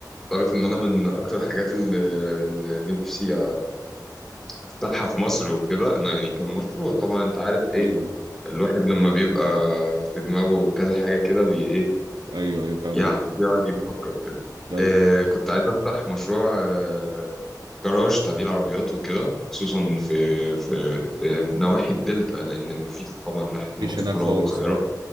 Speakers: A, in the centre; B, on the right.
A: تعرف ان انا من اكتر الحاجات اللي اللي نفسي افتحها في مصر وكده انه يعني كان مشروع طبعا انت عارف ايه
B: ايوه
A: الواحد لما بيبقى في دماغه كذا حاجة كده بي ايه
B: ايوه ايوه فاهم
A: يعني
B: قصدك.
A: بيقعد يفكر كده
B: ايوه
A: إيه كنت عايز افتح مشروع آه، جراج تعديل عربيات وكده خصوصا في في في نواحي الدلتا لان مفيش طبعا ناحية
B: مفيش
A: المنصورة
B: هناك خالص
A: والقاهرة
B: اه